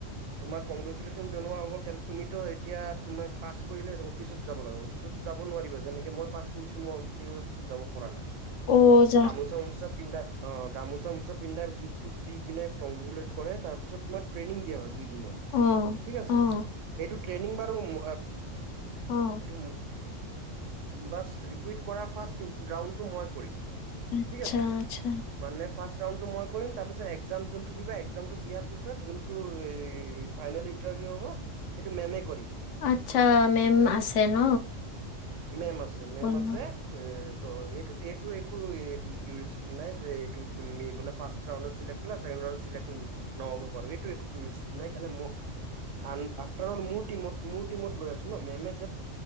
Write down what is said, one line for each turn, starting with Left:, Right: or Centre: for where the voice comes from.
Right: তোমাক কংগ্ৰেচুলেচন জনোৱা হ'ব তুমিতো এতিয়া তোমাক পাছ কৰিলে অফিচত যাব লাগে অফিচতো যাব নোৱাৰিবা যেনেকে মই পাছ কৰিছিলো মই অফিচত যাব পৰা নাই
Left: অ', যা
Right: গামোচা উমো চা পিন্ধা অ গামোচা আমোচা পিন্ধাই গিফটো দি পিনে কংগ্ৰেজুলেট কৰে তাৰ পিছত তোমাৰ ট্ৰেইনিং দিয়া হয় দি দিলে
Left: অ',
Right: ঠিক আছে
Left: অ',
Right: সেইটো ট্ৰেইনিং বাৰু ম
Left: অ',
Right: সেইটো বাছ ৰিকুইট কৰা ফাৰ্ষ্ট ৰাউণ্ডটো মই কৰিম
Left: আচ্ছা,
Right: ঠিক আছে
Left: আচ্ছা,
Right: মানে ফাৰ্ষ্ট জামটো মই কৰিম তাৰপিছত একজাম যোনটো দিবা একজামটো দিয়াৰ পিছত যোনটো এই ফাইনেল ইণ্টাৰ্ভিউ হব সেইটো মেমে কৰিব।
Left: আচ্ছা মেম আছে ন'।
Right: উম, মেম আছে, মেম
Left: অ', উম,
Right: আছে এ ত' এইটো এইটো একো <unintelligible> নাই তুমি এব ফাৰ্ষ্ট ৰাউণ্ডত চিলেক্ট হ'লা চেকেণ্ড ৰাউণ্ডত চিলেক্ট নহ'ব পাৰোঁ এইটো একো কিউৰিঅ'চিটি নাই কাৰণে ম আন আফ কাৰণ মোৰ টিমত মোৰ টিমত লৈ আছোঁ ন' মেমে